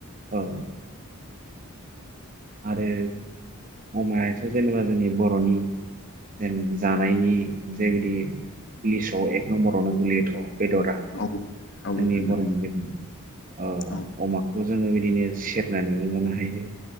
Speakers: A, on the right; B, on the left.
A: औ आरो अमायाथ' जेनेबा जोंनि बर'नि जेन जानायनि जेबायदि लिसटआव एक नम्बरावनो गोलैयोथ' बेद'रा
B: औ औ
A: जोंनि
B: गोलैयो
A: बर'नि <unintelligible> ओ
B: औ
A: अमाखो जोङो बिदिनो सेरनानै लानो हायो